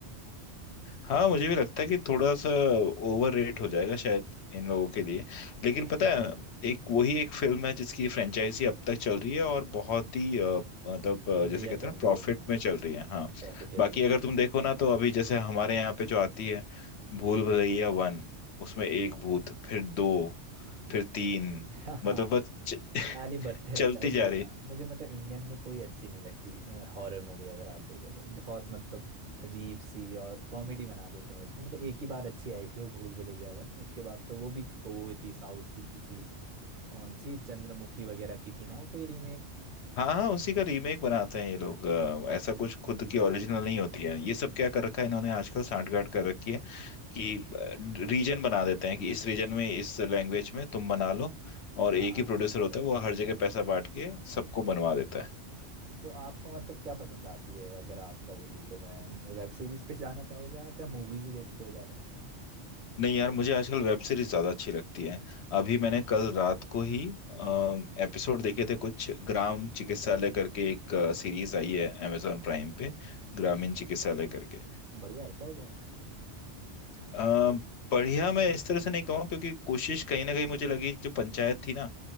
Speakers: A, on the left (about 70°); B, on the right (about 50°).
A: हाँ मुझे भी लगता है कि थोड़ा सा ओवर रेट हो जाएगा शायद इन लोगों के लिए
B: <laughs>
A: लेकिन पता है एक वही एक फिल्म है जिसकी फ्रेंचाइजी अब तक चल रही है और बहुत ही अ, मतलब अ,
B: बढ़िया
A: जैसे कहते
B: चल
A: हैं ना प्रॉफिट
B: रही है यार
A: में चल रही है हाँ
B: प्रॉफिटेबल
A: बाकी
B: है
A: अगर
B: बहुत
A: तुम देखो ना तो अभी जैसे हमारे यहाँ पे जो आती है भूल भुलैया वन उसमें एक भूत फिर दो फिर तीन
B: <laughs>
A: मतलब बस च- <laughs>
B: खाली बढ़ते
A: चलती
B: रहता है वो
A: जा
B: बेकार
A: रही
B: मुझे मतलब इंडियन में कोई अच्छी नहीं लगती हॉरर मूवी अगर आप देखो तो बहुत मतलब अजीब सी और कॉमेडी बना देते हैं उसको मतलब एक ही बार अच्छी आई थी वो भूल भुलैया वन उसके बाद तो वो भी को- वो थी साउथ की किसी कौन सी चंद्रमुखी वगैरह की थी ना वो कोई रीमेक
A: हाँ हाँ उसी का रीमेक बनाते हैं ये लोग अ, ऐसा कुछ खुद की ओरिजिनल नहीं होती है ये सब क्या कर रखा है इन्होंने आजकल सांठगांठ कर रखी है कि रीजन बना देते हैं कि इस रीजन में इस लैंग्वेज में तुम बना लो और एक
B: हाँ हाँ
A: ही प्रोड्यूसर
B: सही कह
A: होता
B: रहे हो
A: है
B: सही
A: वो हर
B: कह
A: जगह
B: रहे हो
A: पैसा बांट के सबको बनवा देता है
B: तो आपको मतलब क्या पसंद आती है अगर आपका बोलूँ तो मैं वेब सीरीज पे जाना चाहोगे आप या मूवीज ही देखते हो ज्यादा
A: नहीं यार मुझे आजकल वेब सीरीज ज्यादा अच्छी लगती है अभी मैंने कल रात को ही एपिसोड देखे थे कुछ ग्राम चिकित्सालय करके एक सीरीज आई है अमेजोन प्राइम पे ग्रामीण चिकित्सालय करके
B: बढ़िया है क्या वो बहुत
A: अ, बढ़िया मैं इस तरह से नहीं कहूँ क्योंकि कोशिश कहीं ना कहीं मुझे लगी जो पंचायत थी ना